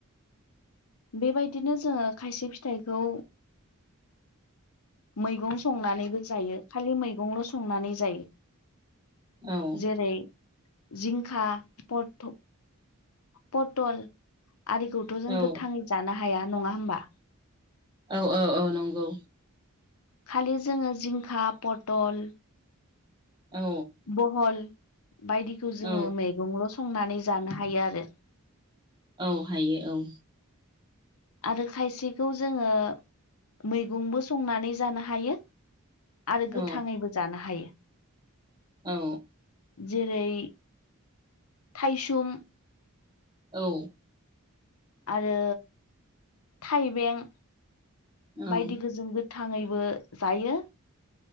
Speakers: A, on the left (about 75°); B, on the right (about 20°).
A: बेबायदिनो जोङो खायसे फिथाइखौ। मैगं संनानै होजायो खालि मैगंल' संनानै जायो
B: औ
A: जेरै जिंखा पथ' पटल आरिखौथ'
B: औ
A: जों गोथाङै जानो हाया नङा होमबा?
B: औ औ औ नंगौ।
A: खालि जोङो जिंखा, पटल
B: औ
A: बहल बायदिखौ जोङो
B: औ
A: मैगंल' संनानै जानो हायो आरो।
B: औ हायो औ।
A: आरो खायसेखौ जोङो मैगंबो संनानै जानो हायो। आरो
B: औ
A: गोथाङैबो जानो हायो।
B: औ
A: जेरै थाइसुम
B: औ
A: आरो थाइबें
B: औ
A: बायदिखौ जों गोथाङैबो जायो